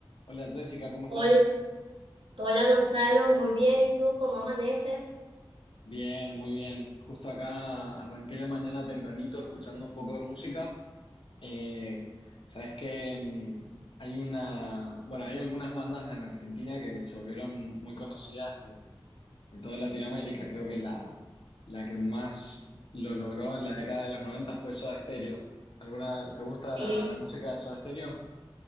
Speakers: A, on the left; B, on the right.
A: Hola Jessica, ¿cómo estás?
B: Hol- Hola Gonzalo, muy bien. ¿Y tú cómo amaneces?
A: Bien, muy bien. Justo acá arranqué la mañana tempranito escuchando un poco de música. Eh, sabes que mm, hay una, bueno, hay algunas bandas en Argentina que se volvieron muy conocidas en, en toda Latinoamérica. Creo que la, la que más lo logró en la década de los 90 fue Soda Stereo. ¿Alguna, te gusta
B: Sí,
A: la, la música de Soda Stereo?